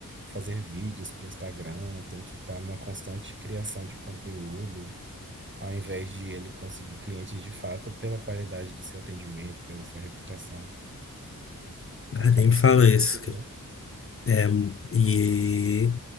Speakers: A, on the right (about 35°); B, on the left (about 40°).
A: fazer vídeos para o Instagram, tem que estar numa constante criação de conteúdo, ao invés de ele conseguir clientes de fato pela qualidade do seu atendimento, pela sua reputação. Tá,
B: Ah,
A: Acaba
B: nem me
A: sendo
B: fala
A: um desafio,
B: isso, cara.
A: né?
B: É, um- e